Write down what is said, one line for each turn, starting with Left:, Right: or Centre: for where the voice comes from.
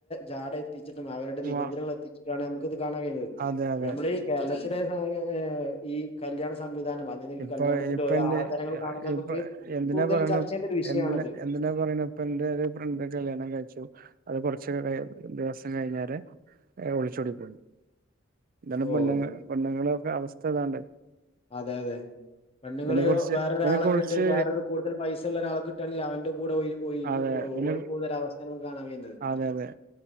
Left: ജാട എത്തിച്ചിട്ടുംഅവരുടെനിബന്ധനകൾ
Right: വ
Left: എത്തിച്ചിട്ടാണ് നമുക്കിത് കാണാൻ കഴിയുന്നത്
Right: അതെ
Left: അപ്പ
Right: അതെ
Left: നമ്മള് ഈ കേരളത്തിലെ ഈ സംഗതി ഈകല്യാണ സംവിധാനം അല്ല അഈകല്യാണത്തിന്റെഓരോചാരങ്ങൾ
Right: ഇപ്പൊ ഇപ്പ എന്റെ
Left: കാണുമ്പോൾ നമുക്ക്
Right: ഇപ്പൊ എന്തിനാ
Left: കൂടുതൽ
Right: പറയണെ
Left: ചർച്ച ചെയേണ്ട ഒരു വിഷയാണത്
Right: എന്തിന് എന്തിനാ പറയണത് ഇപ്പം എന്റെ ഒരു ഫ്രണ്ട് കല്യാണം കഴിച്ചു അത് കുറച്ച് ദിവസം കഴിഞ്ഞാരെഒളിച്ചോടിപ്പോയി ഇതാണ്
Left: ഓഹ്
Right: പെണ്ണുങ്ങ പൊണ്ണുങ്ങളൾക്കെ അവസ്ഥ ഇതാണ്ട്
Left: അതെ അതെ പെണ്ണുങ്ങള്
Right: ഇതിനെ കുറിച്ച്
Left: വേറൊരാളെക്കെട്ട്
Right: ഇതിനെ കുറിച്ച്
Left: വേറരു കൂട്തല് പൈസഉള്ളഒരാളെ കിട്ടണെങ്കില് അവന്റെ കൂടെ ഒയിഞ്ഞ് ഒഴ്കി
Right: അതെ ഇതിനെ
Left: ഓടി പോകുന്ന ഒരവസ്ഥയാണ് നമ്മക്ക് കാണാൻ കഴിന്നത്
Right: അതെ അതെ